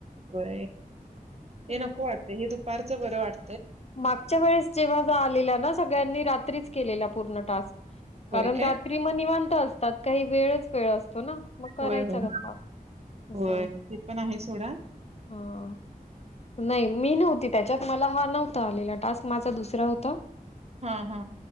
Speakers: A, on the right; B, on the left.
A: होय ते
B: हं,
A: नको वाटतं हे दुपारचं बरं वाटतं.
B: मागच्या वेळेस जेव्हा जो आलेला न सगळ्यांनी रात्रीच केलेला पूर्ण टास्क कारण
A: होय काय?
B: रात्री म निवांत अस त्यात काही वेळच वेळ अस -- तो ना मग करायचा
A: होय होय
B: गप्पा अस
A: होय
B: आहे
A: ते पण आहे सोडा.
B: हा. नाही मी नव्हती त्याच्यात मला हा नव्ह -- आता आलेला टास्क. माझा दुसरा होता.
A: हा हा.